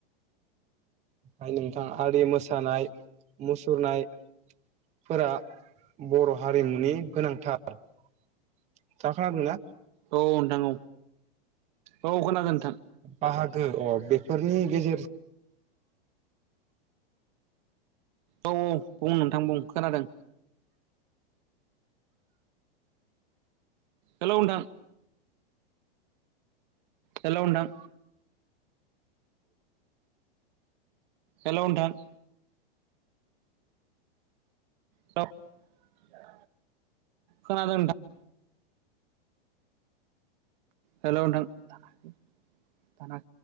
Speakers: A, on the right; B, on the right.
A: आइ नोंथां आरि मोसानाय मुसुरनाय फोरा बर' हारिमुनि गोनांथार। नोंथाङा खोनादों ना?
B: औ औ नोंथां औ औ खोनादों। नोंथां
A: बाहागो अ बेफोरनि गेजेरज
B: औ औ बुं नोंथां बुं खोनादों। हेल' नोंथां हेल' नोंथां। हेल' नोंथां। हेल' खोनादों नोंथां। हेल नोंथां।